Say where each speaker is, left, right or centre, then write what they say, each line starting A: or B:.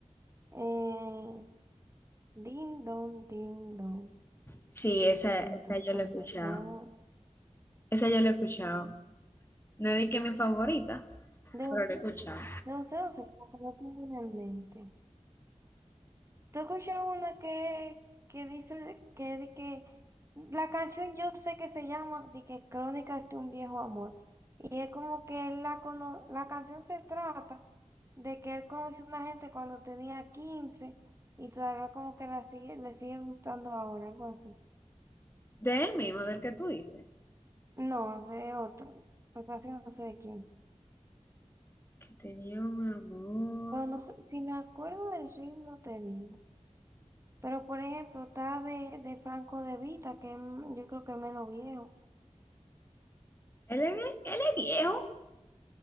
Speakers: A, on the right; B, on the left.
A: eh, din don, din don,
B: Sí, esa,
A: estas
B: esa yo
A: cosas.
B: la he escuchado.
A: pero no-
B: Esa yo la he escuchado. No es que es mi favorita,
A: De José,
B: pero la he escuchado.
A: de José José, como que no tengo una en mente. ¿Tú has escuchado una que, que dice que, de que la canción yo sé que se llama de que Crónicas de un viejo amor? Y es como que él la, cono- la canción se trata de que él conoció a una gente cuando tenía 15 y todavía como que la sigue, le sigue gustando ahora, algo así.
B: De él mismo, del que tú dices.
A: No, de otro. Lo que pasa es que no sé de quién.
B: Que tenía un amor.
A: Pero no sé, si me acuerdo del ritmo te digo. Pero por ejemplo, está de, de Franco De Vita, que es m- yo creo que es menos viejo. O
B: Él es, vie- él es viejo.